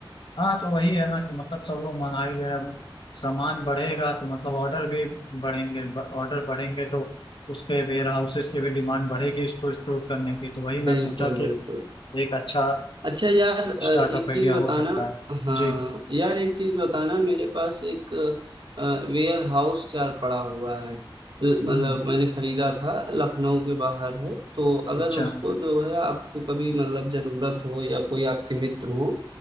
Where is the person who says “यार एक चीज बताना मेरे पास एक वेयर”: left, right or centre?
Right